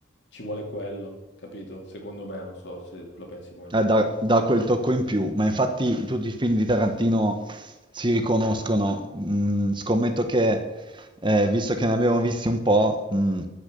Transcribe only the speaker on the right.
Eh, dà, dà quel tocco in più, ma infatti tutti i film di Tarantino si riconoscono. Mm, scommetto che, eh, visto che ne abbiamo visti un po', mm,